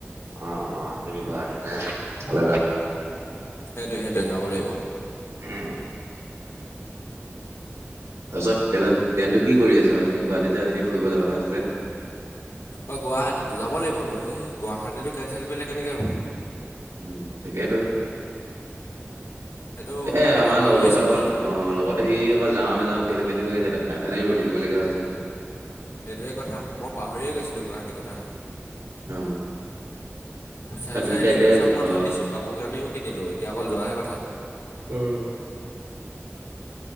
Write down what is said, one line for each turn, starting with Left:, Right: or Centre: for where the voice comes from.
Right: অ', অ', আহিবি বাৰু আহিলে ইফালে যাম।
Left: সেইটোৱে সেইটোৱে যাব লাগিব।
Right: উম। তাৰ পিছত টট্ৰেইনটো কি কৰি আছ আমি গুৱাহাটীত যে এনে ফুৰিব যোৱা কথা আছিলে?
Left: অ', গুৱাহাটীটো যাব লাগিব টো এই গুৱাহাটীটো কেনচেল কৰিলে কেনেকে হ'ব।
Right: উম, ঠিকেইতো।
Left: সেইটো
Right: এ
Left: মই
Right: আমাৰ
Left: কথা পাহৰিছিলোঁৱেই
Right: লগৰটো আহ লগত সি আকৌ যাও নযাওঁ খেলি-মেলি কৰি আছে, তাৰ কাৰণে, ৰৈ থাকিবলগীয়া হৈছে।
Left: সেইটোৱে কথা, মই পাহৰিয়ে গৈছিলোঁ গুৱাহাটীৰ কথা।
Right: অ
Left: পইচা-চইচা
Right: তাত গীতা
Left: ৰেডি
Right: এতিয়া
Left: কৰি চব মই
Right: অ
Left: থৈ দিছো। কাপোৰ-কানিও কিনিলোঁ এতিয়া অকল যোৱাহে কথা।
Right: উম।